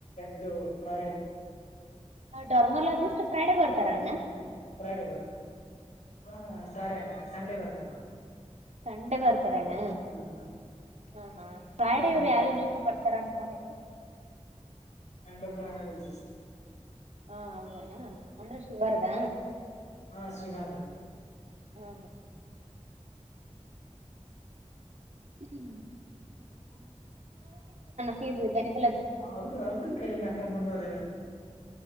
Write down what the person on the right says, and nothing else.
ಡರ್ಮೋಲಜಿಸ್ಟ್ ಫ್ರೈಡೆ ಬರ್ತಾರ ಅಣ್ಣ
ಸಂಡೆ ಬರ್ತಾರಾ ಅಣ್ಣ
ಹಾ ಹಾ ಫ್ರೈಡೇ
ಅವರು ಯಾರು ಇಲ್ಲೊಬ್ರು ಬರ್ತಾರ ಅನ್ಕೊಂಡಿದ್ದು
ಹಾ ಹೌದಣ್ಣ ಅಂದ್ರೆ ಶುಗರ್ದ
ಹಾ ಹ್ಮ್ <unintelligible>
ಫೀಸ್ ಗಣಿಕಲದ